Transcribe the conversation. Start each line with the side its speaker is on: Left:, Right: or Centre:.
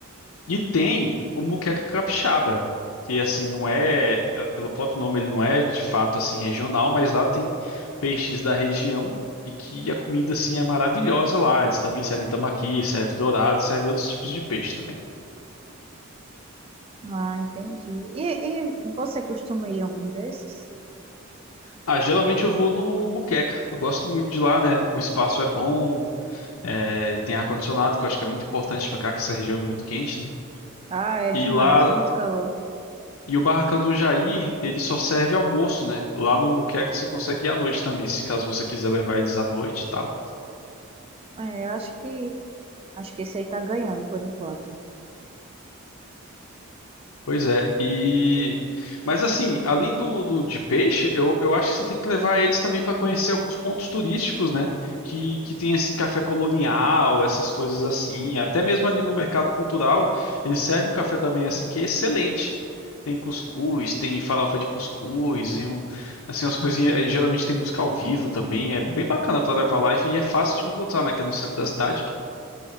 Left: E tem o Muqueca Capixaba, que assim não é, eh, pelo próprio nome ele não é de fato assim regional, mas lá tem peixes da região e que a comida assim é maravilhosa lá. Eles também servem tambaqui, serve dourado, serve outros tipos de peixe também.
Right: Ah, entendi. E, e você costuma ir em algum desses?
Left: Ah, geralmente eu vou no Moqueca. Eu gosto muito de lá, né? O espaço é bom, é, tem ar-condicionado, que eu acho que é muito importante pra cá, que essa região é muito quente, né?
Right: Ah, é
Left: E
Right: demais,
Left: lá,
Right: muito calor.
Left: e o barracão do Jair, ele só serve almoço, né? Lá no Moqueca você consegue ir à noite também, se caso você quiser levar eles à noite e tal.
Right: É, eu acho que acho que esse aí tá ganhando por enquanto.
Left: Pois é, e mas assim, além do, do de peixe, eu, eu acho que você tem que levar eles também para conhecer alguns pontos turísticos, né? Que, que tem assim café colonial, essas coisas assim. Até mesmo ali no mercado cultural, eles servem um café da manhã assim que é excelente. Tem cuscuz, tem farofa de cuscuz e um, assim umas coisinhas. e Geralmente tem música ao vivo também. É bem bacana para levar live e é fácil de encontrar, né? Que é no centro da cidade.